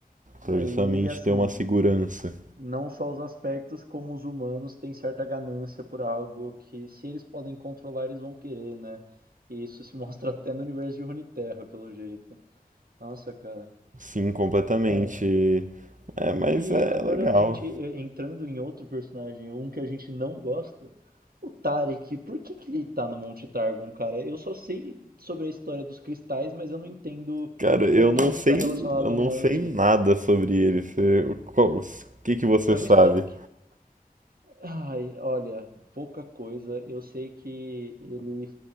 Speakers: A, on the right (about 70°); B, on the right (about 55°).
A: aí,
B: Pra justamente
A: assim,
B: ter uma segurança.
A: não só os aspectos, como os humanos têm certa ganância por algo que, se eles podem controlar, eles vão querer, né? E isso se <laughs> mostra até no universo de Runeterra, pelo jeito. Nossa, cara.
B: Sim, completamente.
A: Bom,
B: É, mas
A: E
B: é
A: agora
B: legal.
A: a gente eh, entrando em outro personagem, um que a gente não gosta, o Tarek. Por que que ele tá no Monte Targon, cara? Eu só sei sobre a história dos cristais, mas eu não entendo
B: Cara,
A: como
B: eu
A: que
B: não
A: isso
B: sei,
A: está relacionado
B: eu não
A: ao monte.
B: sei nada sobre ele. Você, qual- o que que você
A: É
B: sabe?
A: uma história que Ai, olha, pouca coisa. Eu sei que ele